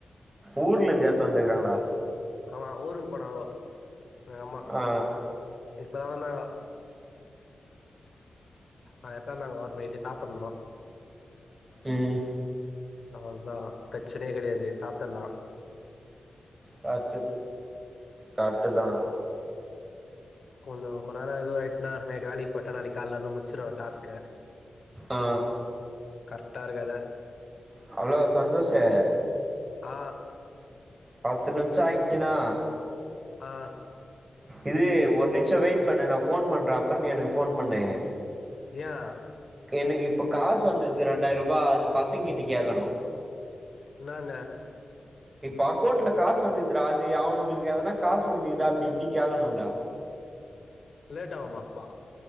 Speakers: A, on the right (about 35°); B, on the left (about 65°).
A: ஊர்ல இருந்து எட்த்து வந்துருக்குறாங்களா?
B: க்காமா ஊருக்கு போனாங்கோ எங்கம்மா
A: ஆ
B: இத் இப்பதா வந்தாங்கோ அது எட்த்து வந்தாங்கோ நைட்டு சாப்புடணு
A: ம்
B: அவ்ளதா பிரச்சனையே கெடையாது சாப்ட்ரலா.
A: கரெட்டு கரட்டுதா
B: கொஞ்சோ கொஞ்ச நேரோ எதோ நைட்னா நைட்டு வேலைக்கி போயிட்டனா நாளைக்கி கால்ல வந்து முச்சுருவே டாஸ்க்
A: ஆ
B: கரெக்டா இருக்காது?
A: ஹலோ சந்தோஷு
B: ஆ
A: பத்து நிமிஷோ ஆயிட்ச்சுனா
B: ஆ
A: இது ஒரு நிமிஷோ வெயிட் பண்ணு நா ஃபோன் பண்றே அப்புற நீ எனக்கு ஃபோன் பண்ணு.
B: யே
A: எனக்கு இப்ப காசு வந்துருக்குது ரெண்டாயர்ரூபா அது பசங்க கிட்ட கேக்கணு.
B: என்னான்னு?
A: இப்ப அக்கவுண்ட்ல காசு வந்துருக்குதுடா அது அவுனுங்களுக்கு எதனா காசு வந்துருக்குதா அப்டி இப்டி கேக்கணுன்டா.
B: லேட் ஆவுமா அப்ப?